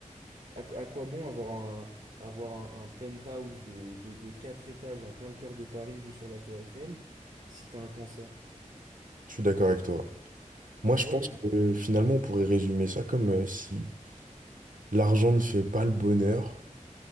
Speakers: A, on the right; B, on the right.
A: à, quoi à quoi bon avoir un, avoir un, un penthouse de, de, de 4 étages en plein cœur de Paris vu sur la tour Eiffel si t'as un cancer?
B: Je suis d'accord avec toi. Moi,
A: Tu
B: je
A: vois,
B: pense
A: il y a...
B: que euh, finalement, on pourrait résumer ça comme euh, si l'argent ne fait pas le bonheur,